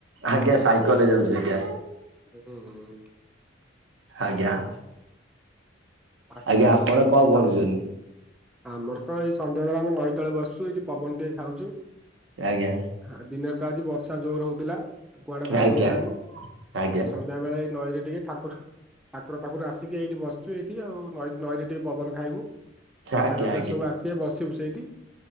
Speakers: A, on the right; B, in the centre.
A: ଆଜ୍ଞା ସାଇକେଲରେ ଯାଉଛି ଆଜ୍ଞା
B: ହୁଁ ଉଁ।
A: ଆଜ୍ଞା।
B: ଆା
A: ଆଜ୍ଞା ଆପଣ କଣ କରୁଛନ୍ତି?
B: ଆ <inaudible> ଆମର ତ ଏଇ ସନ୍ଧ୍ୟା ବେଳେ ଆମେ ନଈ ତଳେ ବସୁଛୁ। ଏଇଠି ପବନ ଟିକିଏ ଖାଉଚୁ।
A: ଆଜ୍ଞା।
B: ହାଁ ଦିନେରେ ତ ଆଜି ବର୍ଷା ଯୋରେ ହୋଉଥିଲା। ଆଉ କୁଆଡେ ବାହାରି
A: ଆଜ୍ଞା
B: ହେଲାନି
A: ଆଜ୍ଞା
B: ଏଇ ସନ୍ଧ୍ୟା ବେଳେ ଏଇ ନଈରେ ଟିକିଏ ଠାକୁ ଠାକୁର ପାଖରୁ ଆସିକି ଏଇଠି ବସିଚୁ। ଏଇଠି ଆଉ ନଈରେ ଟିକିଏ ପବନ ଖାଇବୁ।
A: ଆଜ୍ଞା ଆଜ୍ଞା
B: ସାଙ୍ଗ
A: ଆଜ୍ଞା
B: ସାଥି ସବୁ ଆସିବେ ବସିବୁ ସେଇଠି।